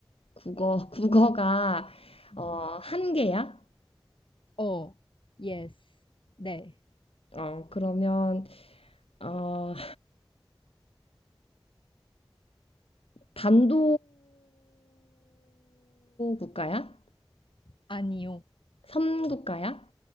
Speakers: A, on the left; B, on the left.
A: 국어, <laughs> 국어가
B: 음.
A: 어, 한 개야?
B: 어. 예스. 네.
A: 어, 그러면 어, 반도 국가야?
B: 아니요.
A: 섬 국가야?